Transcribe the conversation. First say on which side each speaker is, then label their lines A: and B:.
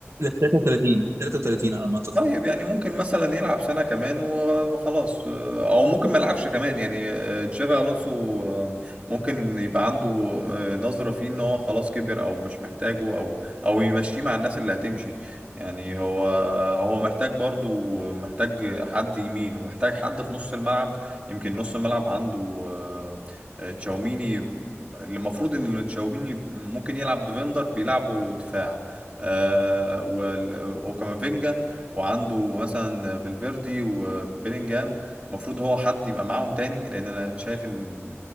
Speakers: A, on the right; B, on the right.
A: 33 33 على ما اعتقد
B: طيب يعني ممكن مثلا يلعب سنة كمان وخلاص او ممكن ما يلعبش كمان يعني جافي الونسو آه، ممكن يبقى عنده آه، نظرة فيه ان هو خلاص كبر او مش محتاجه او او يمشيه مع الناس اللي هتمشي يعني هو هو محتاج برضو محتاج حد يمين ومحتاج حد في نص الملعب يمكن نص الملعب عنده آه، آه، تشاوميني اللي المفروض ان تشاوميني ممكن يلعب ديفندر بيلعبوا دفاع آه، وال- وكامافينجا وعنده مثلا فالفيردي وبيلينجهام المفروض هو حد يبقى معاهم تاني لان انا شايف ان